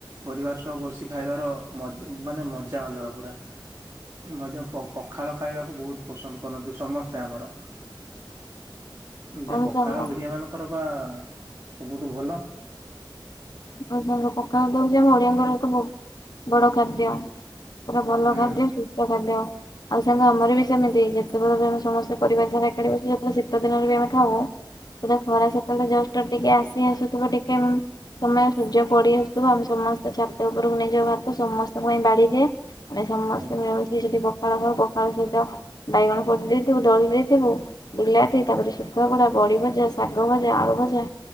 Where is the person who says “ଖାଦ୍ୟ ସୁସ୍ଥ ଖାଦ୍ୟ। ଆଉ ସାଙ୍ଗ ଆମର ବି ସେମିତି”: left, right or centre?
Left